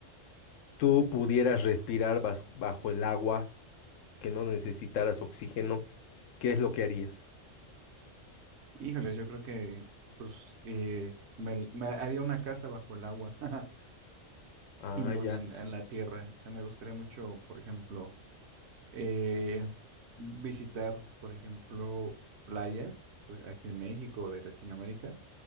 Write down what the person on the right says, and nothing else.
Híjoles, yo creo que pues eh, me, me haría una casa bajo el agua <laughs>
y una
en, en la tierra. O sea, me gustaría mucho, por ejemplo, eh, visitar, por ejemplo, playas pues, aquí en México o de Latinoamérica.